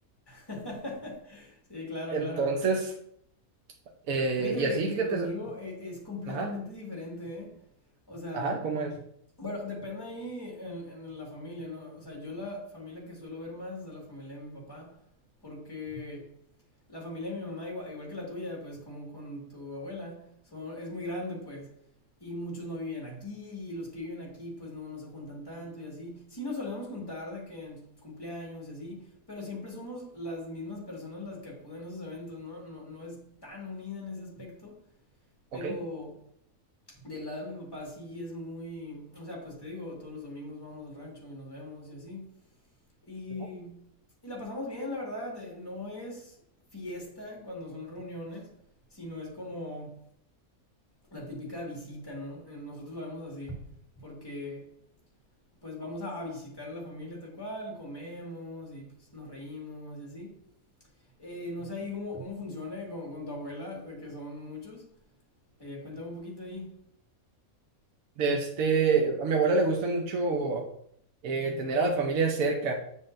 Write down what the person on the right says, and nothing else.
Entonces,
eh,
y así,
fíjate,
ajá,
ajá, ¿cómo es?
Ok.
Ujú.
De este, a mi abuela le gusta mucho eh, tener a la familia cerca,